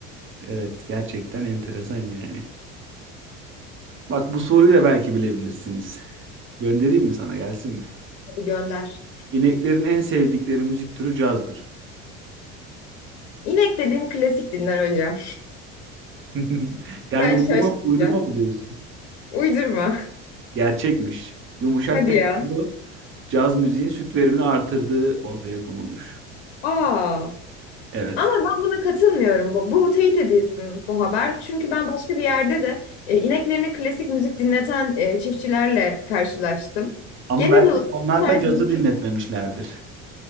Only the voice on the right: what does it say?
Evet gerçekten enteresan yani. Bak bu soruyu da belki bilebilirsiniz. Göndereyim mi sana gelsin mi?
İneklerin en sevdikleri müzik türü cazdır.
<laughs> Yani
uydurma,
uydurma mı diyorsun?
Gerçekmiş. Yumuşak
tempolu
caz müziğin süt verimini artırdığı ortaya konulmuş.
Evet.
Ama
belki
onlar
da cazı
dinletmemişlerdir.